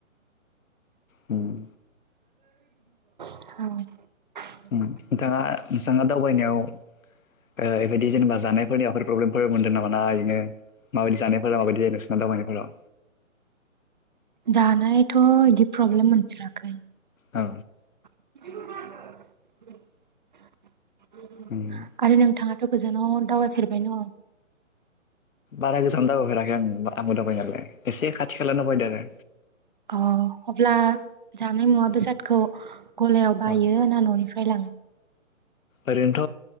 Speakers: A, on the left; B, on the right.
A: उम
B: <unintelligible>
A: उम
B: औ
A: नोंथाङा नोंथाङा दावबायनायाव ओ बेबायदि जेनेबा जानायफोरनियाव माबाफोर प्रब्लेमफोर मोन्दों नामा ना इदिनो माबायदि जानायफोरा माबायदि जायो नोंसोरना दावबायनायाव फोरा
B: जानायाथ' इदि प्रब्लेम मोनफेराखै
A: औ
B: <inaudible> आरो
A: उम
B: नोंथाङा थ गोजानाव दावबायफेरबाय ना
A: बारा गोजान दावबायफेराखै आं आंबो दावबायनायालाय एसे खाथि खाला दावबायदो आरो
B: अ अब्ला जानाय मुवा बेसाद खौ गलायाव बायो
A: अ
B: ना न'निफ्राय लाङो
A: ओरैनोथ'